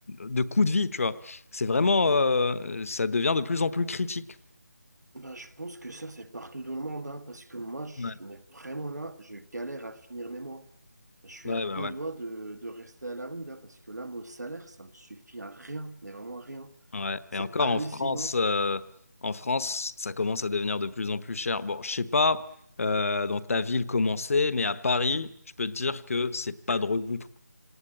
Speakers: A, on the left; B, on the right.
A: de coût de vie, tu vois. C'est vraiment, euh, ça devient de plus en plus critique.
B: Ben, je pense que ça, c'est partout dans le monde, hein, parce que moi, je,
A: Ouais,
B: mais vraiment là, je galère à finir mes mois. Je suis
A: ouais,
B: à deux
A: bah ouais.
B: doigts de, de rester à la rue, là, parce que là, mon salaire, ça me suffit à rien, mais vraiment rien.
A: Ouais.
B: C'est
A: Et encore
B: hallucinant.
A: en France, euh, en France, ça commence à devenir de plus en plus cher. Bon, je sais pas euh, dans ta ville comment c'est, mais à Paris, je peux te dire que c'est pas drôle du tout.